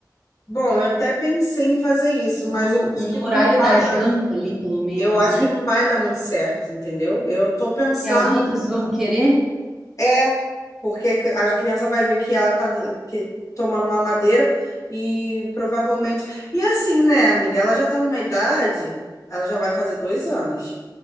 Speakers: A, on the left; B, in the centre.
A: Bom, eu até pensei em fazer isso, mas
B: No,
A: eu acho
B: no
A: que não
B: horário
A: vai
B: da janta
A: dar.
B: ali, pelo menos,
A: Eu acho
B: né?
A: que não vai dar muito certo, entendeu? Eu tô pensando
B: Que as outras
A: em
B: vão querer.
A: É, porque que- a criança vai ver que ela tá d- que, tomando uma madeira e provavelmente. E assim, né, amiga? Ela já tá numa idade, ela já vai fazer dois anos,